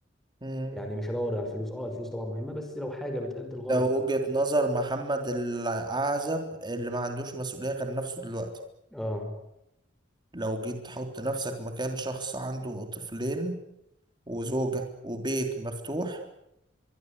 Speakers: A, on the right; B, in the centre.
A: مم.
B: يعني مش هدور على الفلوس اه الفلوس طبعا مهمة بس لو حاجة بتأدي الغرض
A: ده وجهة نظر محمد العزب اللي ما عندوش مسؤولية غير نفسه دلوقتي
B: اه
A: لو جيت تحط نفسك مكان شخص عنده طفلين وزوجة وبيت مفتوح